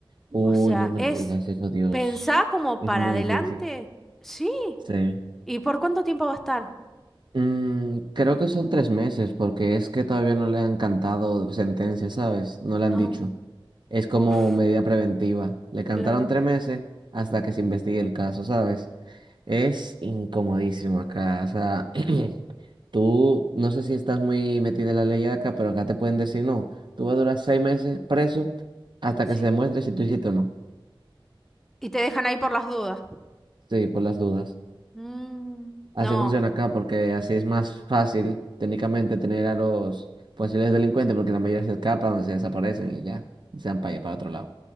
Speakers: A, on the right; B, in the centre.
A: Uy,
B: o sea,
A: no me
B: es
A: digas eso, Dios.
B: pensar como
A: Es
B: para
A: muy
B: adelante,
A: difícil.
B: sí.
A: Sí.
B: ¿Y por cuánto tiempo va a estar?
A: Mm, creo que son tres meses, porque es que todavía no le han cantado sentencia, ¿sabes? No le han
B: Ah,
A: dicho. Es como
B: uf,
A: medida preventiva. Le cantaron
B: claro,
A: tres meses hasta que se investigue el caso, ¿sabes? Es incomodísimo acá. O sea, <clears throat> tú no sé si estás muy metido en la ley acá, pero acá te pueden decir no. Tú vas a durar seis meses preso hasta
B: sí.
A: que se demuestre si tú hiciste o no.
B: Y te dejan ahí por las dudas.
A: Sí, por las dudas.
B: Mm,
A: Así
B: no.
A: funciona acá porque así es más fácil técnicamente tener a los posibles delincuentes porque la mayoría se escapan, se desaparecen y ya, y se van para, para otro lado.